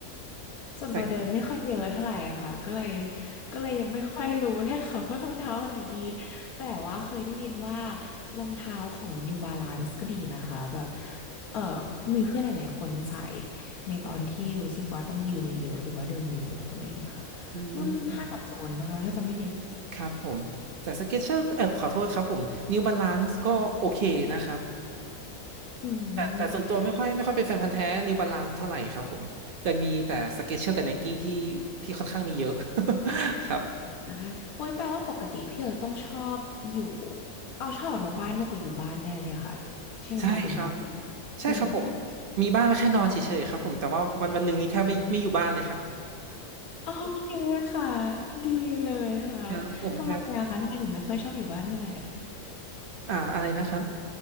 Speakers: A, on the left; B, on the right.
A: ส่วนตัวเดินไม่ค่อยเยอะเท่าไหร่อะค่ะก็เลย
B: ใส่
A: ก็เลยยังไม่ค่อยรู้เลยค่ะ <laughs> ว่ารองเท้าอันไหนดีแต่ว่าเคยได้ยินว่ารองเท้าของ New Balance ก็ดีนะคะแบบเออมีเพื่อนหลายๆคนใส่ในตอนที่รู้สึกว่าต้องยืนเยอะๆ หรือว่าเดินเยอะๆอะไรอย่างเงี้ยค่ะ
B: อืม
A: รุ่นห้าสามศูนย์มั้งคะถ้าจำไม่ผิด
B: ครับผมแต่สเก็ตเชอร์เออขอโทษครับผมนิวบาลานซ์ก็โอเคนะครับ
A: อืม
B: แต่แต่ส่วนตัวไม่ค่อยไม่ค่อยเป็นแฟนพันธุ์แท้นิวบาลานซ์เท่าไหร่ครับผมจะมีแต่สเก็ตเชอร์กับไนกี้ที่ที่ค่อนข้างมีเยอะ <laughs> ครับ
A: อ่ะโอ้ยแปลว่าปกติพี่เออต้องชอบอยู่เอาชอบออกนอกบ้านมากกว่าอยู่บ้านแน่เลยอะค่ะใช่ไหมคะหรือว่า
B: ใช่ครับใช่ครับผม
A: อืม
B: มีบ้านไว้แค่นอนเฉยๆครับผมแต่ว่าวันวันหนึ่งนี้แทบไม่ไม่อยู่บ้านเลยครับ
A: โอเคค่ะ ดีเลยค่ะ
B: <laughs> ครับผมแทบ
A: ทำไมอะคะทำไมถึงไม่ค่อยชอบอยู่บ้านเท่าไหร่อะ
B: อ่าอะไรนะครับ